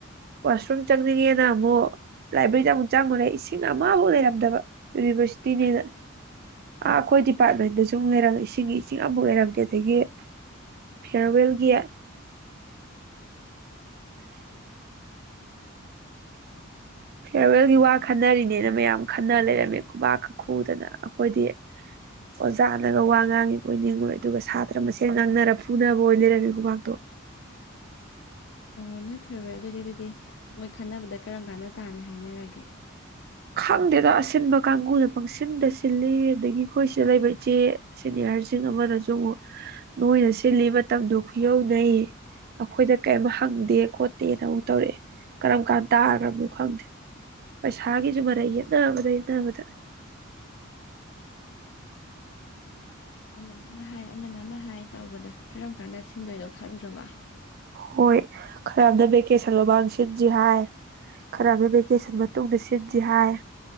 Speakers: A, on the right; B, on the left.
A: ꯋꯥꯁꯔꯨꯝ ꯆꯪꯅꯤꯡꯉꯦꯅ ꯑꯃꯨꯛ ꯂꯥꯏꯕ꯭ꯔꯦꯔꯤꯗ ꯑꯃꯨꯛ ꯆꯪꯉꯨꯔꯦ ꯏꯁꯤꯡ ꯑꯃꯐꯥꯎꯛ ꯂꯩꯔꯝꯗꯕ ꯌꯨꯅꯤꯚꯔꯁꯤꯇꯤꯅꯦꯅ ꯑꯥ ꯑꯩꯈꯣꯏ ꯗꯤꯄꯥꯔꯠꯃꯦꯟꯗ ꯁ ꯂꯩꯔꯝ ꯏꯁꯤꯡ ꯆꯒꯦꯔ ꯀꯦ ꯊ ꯐꯦꯔꯋꯦꯜꯒꯌꯥ ꯐꯤꯌꯔꯋꯦꯜꯒꯤ ꯋꯥ ꯈꯟꯅꯔꯤꯅꯤ ꯅꯦꯅ ꯃꯌꯥꯝ ꯈꯟꯅ ꯂꯩꯔꯝꯃꯤ ꯈꯨꯕꯥꯛꯀ ꯈꯨꯨꯗꯅ ꯑꯩꯈꯣꯏꯗꯤ ꯑꯣꯖꯥꯅꯒ ꯋꯥ ꯉꯥꯡꯉꯤꯕꯣꯏ ꯅꯤꯡꯉꯨꯔꯦ ꯑꯗꯨꯒ ꯁꯥꯇ꯭ꯔ ꯃꯁꯦꯟ ꯉꯥꯡꯅꯔ ꯐꯨꯅꯕ ꯑꯣꯏꯅ ꯂꯩꯔꯝꯃꯤ ꯈꯨꯕꯥꯛꯇꯣ
B: ꯑꯣ ꯅꯣꯏ ꯐꯦꯔꯋꯦꯜꯗꯨꯗꯤ ꯑꯗꯨꯗꯤ ꯃꯣꯏ ꯈꯟꯅꯕꯗ ꯀꯔꯝ ꯀꯥꯟꯗ ꯇꯥꯅꯤ ꯍꯥꯏꯅꯔꯒꯦ
A: ꯈꯪꯗꯦꯗ ꯑꯁꯤꯟꯕ ꯀꯥꯡꯕꯨꯅ ꯄꯪꯁꯤꯟꯗ ꯁꯤꯜꯂꯤ ꯑꯗꯒꯤ ꯑꯩꯈꯣꯏ ꯁꯤꯗ ꯂꯩꯕ ꯏꯆꯦ ꯁꯦꯅꯤꯌꯥꯔꯁꯤꯡ ꯑꯃꯅꯁꯨ ꯑꯃꯨꯛ ꯅꯣꯏꯅ ꯁꯤꯜꯂꯤ ꯃꯇꯝꯗꯣ ꯈꯨꯌꯧꯅꯩ ꯑꯩꯈꯣꯏꯗ ꯀꯩꯝ ꯍꯪꯗꯦ ꯈꯣꯠꯇꯦꯅ ꯑꯃꯨꯛ ꯇꯧꯔꯛꯑꯦ ꯀꯔꯝ ꯀꯥꯟ ꯇꯥꯈ꯭ꯔꯕꯅꯣ ꯈꯪꯗꯦ ꯄꯩꯁꯥ ꯑꯥꯒꯤꯖꯨ ꯃꯔꯩ ꯌꯦꯠꯅꯕꯗ ꯌꯦꯠꯅꯕꯗ
B: ꯑꯃꯅ ꯑꯃ ꯍꯥꯏ ꯑꯃꯅ ꯑꯃ ꯍꯥꯏ ꯇꯧꯕꯗ ꯀꯔꯝ ꯀꯥꯟꯗ ꯁꯤꯟꯗꯣꯏꯅꯣ ꯈꯪꯗ꯭ꯔꯕ
A: ꯍꯣꯏ ꯈꯔꯃꯅ ꯚꯦꯀꯦꯁꯟ ꯃꯃꯥꯡ ꯁꯤꯟꯁꯤ ꯍꯥꯏ ꯈꯔꯃꯅ ꯚꯦꯀꯦꯁꯟ ꯃꯇꯨꯡꯗ ꯁꯤꯟꯁꯤ ꯍꯥꯏ